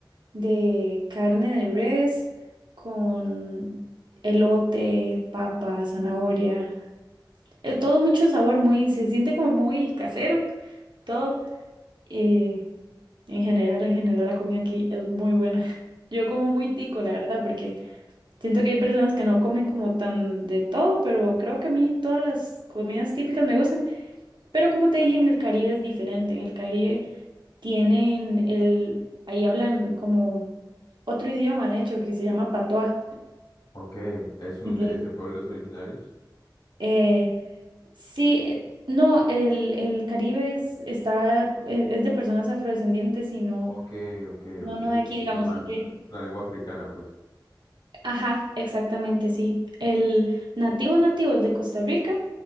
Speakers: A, on the right; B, on the left.
A: de carne de res con elote, papa, zanahoria. Eh, Todo mucho sabor, muy, se siente como muy casero, todo. Eh, en general, en general la comida aquí es muy buena. <laughs> Yo como muy tico, la verdad, porque... Siento que hay personas que no comen como tan de todo, pero creo que a mí todas las comidas típicas me gustan. Pero como te dije, en el Caribe es diferente. En el Caribe tienen el, ahí hablan como otro idioma, de hecho, que se llama patois.
B: Ok, ¿es, un,
A: Entonces,
B: de- es de pueblos originarios?
A: eh, sí, eh, no, el, el Caribe es, está, eh, es de personas afrodescendientes y no,
B: Ok, ok,
A: no,
B: ok,
A: no de
B: o sea,
A: aquí,
B: es
A: digamos.
B: un idioma-
A: de-
B: es una lengua africana, pues.
A: Ajá, exactamente, sí. El nativos nativos de Costa Rica